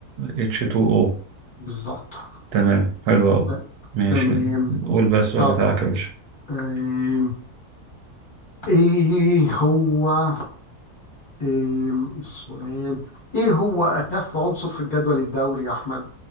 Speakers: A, on the right; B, on the left.
A: H2O
B: بالظبط
A: تمام حلو أوي
B: ت-
A: ماشي
B: تمام
A: قول بقى السؤال
B: طب
A: بتاعك يا باشا
B: آم، إيه هو إيه السؤال ايه هو اخف عنصر في الجدول الدوري يا احمد